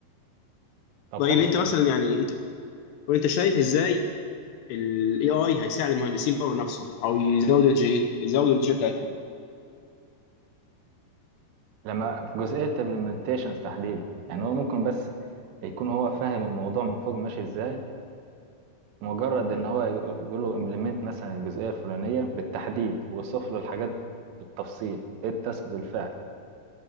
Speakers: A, on the right; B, on the left.
A: طب
B: طيب
A: حلو
B: انت
A: والله
B: مثلا يعني انت وانت شايف ازاي الاي اي هيساعد المهندسين يطوروا نفسهم او يزودوا الانتاجيه يزودوا الانتاجيه بتاعتهم
A: لما في جزئيه implementations تحديدا يعني هو ممكن بس يكون هو فاهم الموضوع من فوق ماشي ازاي مجرد ان هو يقول له implement مثلا الجزئيه الفلانيه بالتحديد ويوصف له الحاجات بالتفصيل ايه التاسك بالفعل